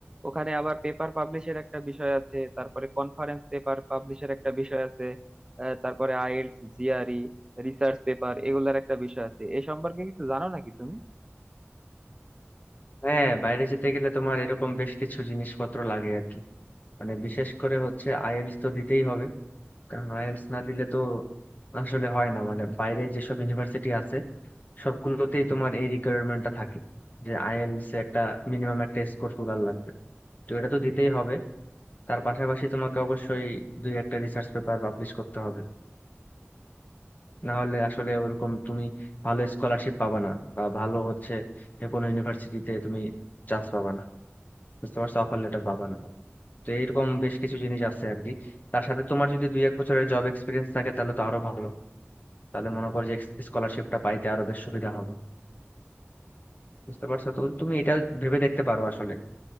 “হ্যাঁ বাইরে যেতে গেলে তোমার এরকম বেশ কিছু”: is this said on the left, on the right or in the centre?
Left